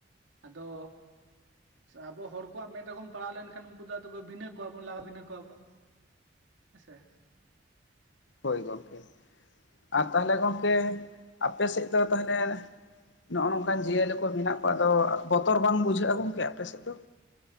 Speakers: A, on the right (about 75°); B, on the left (about 65°).
A: ᱟᱫᱚ ᱟᱵᱚ ᱦᱚᱲ ᱠᱚᱣᱟᱜ ᱢᱮᱫ ᱨᱮᱠᱚ ᱯᱟᱲᱟᱣ ᱞᱮᱱᱠᱷᱟᱱ ᱩᱱᱠᱩ ᱫᱚ ᱟᱫᱚ ᱵᱷᱤᱱᱟᱹ ᱠᱚᱣᱟ ᱵᱚᱱ ᱞᱟᱜᱟ ᱵᱷᱤᱱᱟᱹ ᱠᱚᱣᱟ ᱵᱚᱱ ᱦᱮᱸ ᱥᱮ ᱾
B: ᱦᱳᱭ ᱜᱚᱢᱠᱮ ᱟᱨ ᱛᱟᱦᱚᱞᱮ ᱜᱚᱢᱠᱮ ᱟᱯᱮ ᱥᱮᱫ ᱫᱚ ᱛᱟᱦᱚᱞᱮ ᱱᱚᱜᱼᱚ ᱱᱚᱝᱠᱟᱱ ᱡᱤᱭᱟᱹᱞᱤ ᱠᱚ ᱢᱮᱱᱟᱜ ᱠᱚᱣᱟ ᱟᱫᱚ ᱵᱚᱛᱚᱨ ᱵᱟᱝ ᱵᱩᱡᱷᱟᱹᱜᱼᱟ ᱜᱚᱝᱠᱮ ᱟᱯᱮ ᱥᱮᱫ ᱫᱚ?